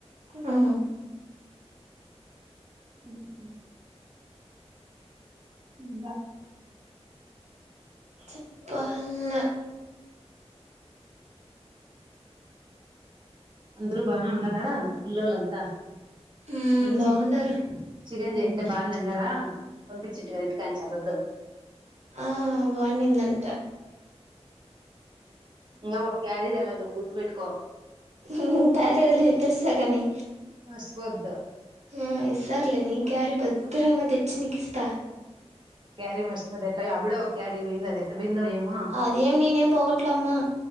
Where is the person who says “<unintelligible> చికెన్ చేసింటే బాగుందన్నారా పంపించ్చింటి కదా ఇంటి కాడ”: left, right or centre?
Right